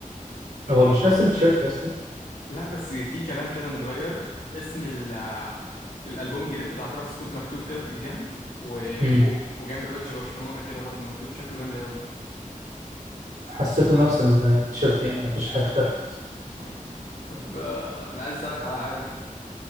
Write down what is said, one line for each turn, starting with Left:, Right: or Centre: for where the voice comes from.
Right: هو مش نفس التيشيرت يا اسطى
Left: لا بس في كلام كده متغير اسم ال الالبوم الجديد بتاع ترافيس سكوت مكتوب كده في الجنب وفوق
Right: امم
Left: وجنب بادج برشلونه كده برضو مكتوب شكله جامد قوي
Right: حسيته نفس التيشيرت يعني مفيش حاجة اختلفت
Left: مم. طب آه، انا عايز اسالك على حاجه